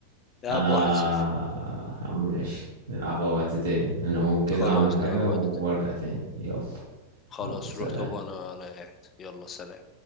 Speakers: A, on the left (about 25°); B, on the right (about 70°).
A: يا
B: انا
A: عم واحد صفر
B: ماشي نلعب وقت تاني انا ممكن كده
A: خلاص
B: اعمل حاجة
A: نلعب وقت
B: وارجع
A: تاني
B: تاني يلا
A: خلاص
B: يلا سلام
A: روح طب وانا انا قاعد يلا سلام